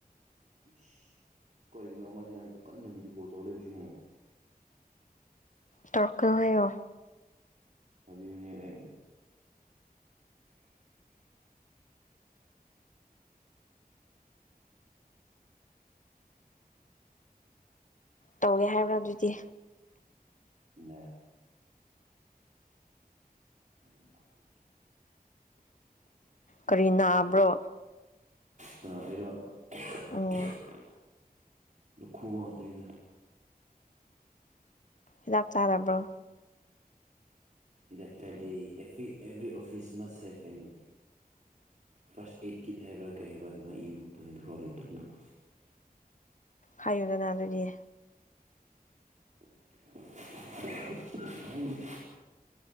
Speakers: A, on the right; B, on the left.
A: ꯏꯁ ꯀꯔꯤꯅꯣ ꯑꯃꯁꯤꯅ ꯑꯩꯕꯨ ꯀꯟꯅ ꯚꯗꯤꯑꯣ ꯀꯣꯜ ꯇꯧꯔ ꯂꯩꯕꯁꯤꯅꯥ
B: ꯇꯣꯔꯛꯀꯅꯣ ꯍꯥꯏꯌꯣ
A: ꯍꯥꯏꯕꯤꯌꯨꯅꯦ ꯑꯩ
B: ꯇꯧꯒꯦ ꯍꯥꯏꯕ꯭ꯔꯥ ꯑꯗꯨꯗꯤ
A: ꯅꯥ <inaudible> <inaudible>
B: ꯀꯔꯤ ꯅꯥꯕ꯭ꯔꯣ
A: ꯀꯅꯥ ꯑꯩꯔꯣ
B: ꯑꯣ
A: <unintelligible> ꯂꯣꯛꯈꯨꯕ ꯈꯛꯇꯅꯤꯗ
B: ꯍꯤꯗꯥꯛ ꯆꯥꯔꯕ꯭ꯔꯣ
A: ꯍꯤꯗꯥꯛ ꯆꯥꯗꯦ ꯑꯦꯚ꯭ꯔꯤ ꯑꯦꯚ꯭ꯔꯤ ꯑꯣꯐꯤꯁ ꯃꯁ ꯍꯦꯞ ꯑꯦꯟ ꯐꯥꯔꯁ ꯑꯩꯗ ꯀꯤꯗ ꯍꯥꯏꯕ꯭ꯔꯥ ꯀꯩ ꯍꯥꯏꯕꯥ ꯑꯗꯨꯃꯥꯏ ꯏꯕꯒꯨꯝꯇꯧꯏ ꯑꯗꯨꯐꯥꯎ ꯔꯤꯗ ꯇꯥꯑꯣ ꯅꯪ
B: ꯍꯥꯏꯌꯨꯗꯅ ꯑꯗꯨꯗꯤ
A: <unintelligible> ꯍꯥꯏꯅꯤꯡꯗꯦ